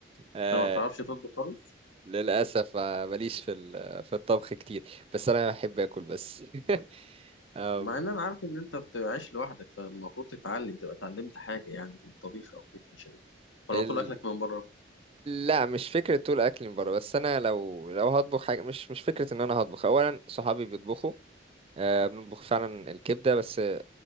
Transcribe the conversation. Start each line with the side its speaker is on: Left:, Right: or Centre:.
Right: آه
Left: انت ما بتعرفش تطبخ خالص
Right: للاسف آه، ماليش في ال- في الطبخ كتير بس انا بحب اكل بس <laughs> أم،
Left: مع ان انا عارف ان انت بتعيش لوحدك فالمفروض تتعلم تبقى اتعلمت حاجه يعني من الطبيخ او كده عشان ولا
Right: ال...
Left: طول اكلك من بره ما
Right: لا مش فكرة طول أكل من بره بس أنا لو لو هطبخ حاجة مش مش فكرة إن أنا هطبخ أولا صحابي بيطبخوا آه، بنطبخ فعلا الكبدة بس آه،